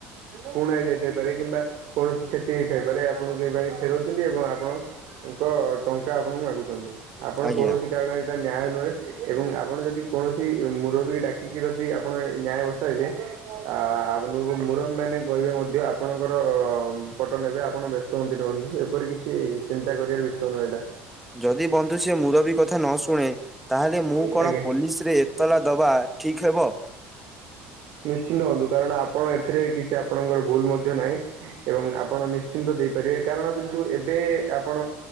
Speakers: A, on the right (about 65°); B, in the centre.
A: ପୁଣା ହେଇ ଯାଇଥାଇପାରେ କିମ୍ବା କୌଣସି କ୍ଷତି ହେଇ ସାଇପାରେ ଆପଣଙ୍କୁ ସେ ଫେରଉଛନ୍ତି, ଏବଂ ଆପଣଙ୍କ ଟଙ୍କା ଆପଣଙ୍କୁ ମାଗୁଛନ୍ତି ଆପଣ
B: ଆଜ୍ଞା
A: କୌଣସି କାରଣ ଏଇଟା ନ୍ୟାୟ ନୁହେଁ ଏବଂ ଆପଣ ଯଦି କୌଣସି ମୁରବୀକୁ ଡାକିକି ଯଦି ଆପଣ ନ୍ୟାୟ ବସାଇଲେ ଆ ଆପଣଙ୍କୁ ମୁରବୀ ମାନେ କହିବେ ମଧ୍ୟ ଆପଣଙ୍କର ଅ ପଟ ନେବେ ଆପଣ ବ୍ୟସ୍ତ ହୁଅନ୍ତି ଏପରି କିଛି ଚିନ୍ତା କରିବାର ବିଷୟ ନୁହଁ ଏଇଟା
B: ଯଦି ବନ୍ଧୁ ସେ ମୁରବୀ କଥା ନ ଶୁଣେ ତାହେଲେ ମୁଁ
A: ଆଜ୍ଞା।
B: କଣ ପୋଲିସ ରେ ଏତଲା ଦବା ଠିକ ହେବ?
A: ନିଶ୍ଚିନ୍ତ ହୁଅନ୍ତୁ କାରଣ ଆପଣ ଏଥିରେ କିଛି ଆପଣଙ୍କର ଭୁଲ ମଧ୍ୟ ନାହିଁ ଏବଂ ଆପଣ ନିଶ୍ଚିନ୍ତ ଦେଇପାରିବେ କାରଣ, କିନ୍ତୁ ଏବେ ଆପଣ